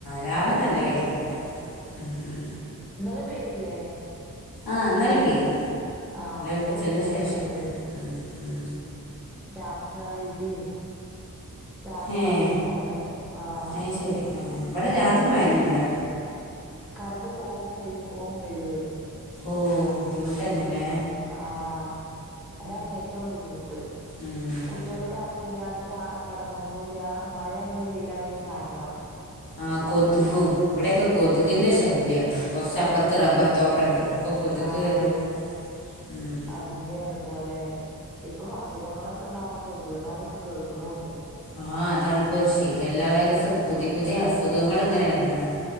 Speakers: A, on the left (about 80°); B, in the centre.
A: രാവിലെ
B: ആഹ്
A: നല്ല
B: രാവിലെ
A: വെയിൽ
B: ഇണ്ടായിരുന്നു.
A: ഉം ഉം
B: ഇന്നലെ പെയ്തില്ലേ?
A: ആ ഇന്നലെ പെയ്തു.
B: ആ ഇന്നലെ
A: ഉച്ചൻ്റെ
B: വൈന്നേരം
A: ശേഷം
B: ഇവിടെം പെയ്തു.
A: ഉം ഉം
B: രാത്രി നല്ല ഇടിയും രാത്രി
A: ഏഹ്
B: പെയ്യുണൂം ഉണ്ടായിരുന്നു. ആഹ്
A: അത് ശരി ആഹ് ഇവിടെ രാത്രി
B: ആഹ്
A: മഴയൊന്നുമില്ല
B: കറണ്ട് പോവും, വരും, പോവും, വരുവായിരുന്നു
A: ഓ ബുദ്ധിമുട്ട് തന്നെല്ലേ..
B: ആഹ് അതാണ് ഏറ്റവും ബുദ്ധിമുട്ട്.
A: ഉം
B: കുട്ടികൾ കരണ്ടില്ലാണ്ട് കാ കെടന്നുറങ്ങൂല്ല. മഴയാണെങ്കിലും വെയിലാണെങ്കിലും ഫാനും വാണം.
A: ആ കൊതുകും ഇവിടെയൊക്കെ കൊതുകിന്റെ ശല്യാ... കുറച്ചപ്പുറത്ത്
B: അതെ
A: റബ്ബർ തോട്ടംണ്ട്. ഇപ്പൊ കൊതുക്
B: ആഹ്
A: ഒരു ഉം
B: അതിന്റെയാണ് പോലെ ഇപ്പൊ അസുഖങ്ങളൊക്കെ ഉണ്ടാവ്ണു കൊതുകുകളാന്നൊക്കെ കേൾക്കുണൂണ്ട്.
A: ആഹ് അതാണിപ്പോ. ഒരു ശിഖല്ലാ വൈറസ് ഒക്കെ പുതിയ പുതിയ അസുഖങ്ങൾ ഇങ്ങനെ എറങ്ങാണ്.